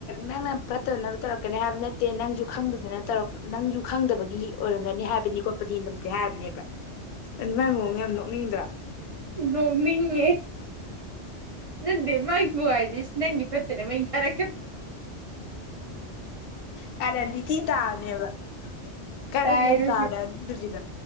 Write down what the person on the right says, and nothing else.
ꯅꯃꯤꯅꯦ ꯅꯦ ꯃꯥꯒꯤꯕꯨꯨ ꯍꯥꯏꯗꯗꯤ ꯏ ꯏꯁ ꯅꯪꯒꯤ ꯄꯠꯇꯦꯅꯦ ꯃ ꯍꯥꯏꯔ ꯎ
ꯇꯥꯏꯔꯣ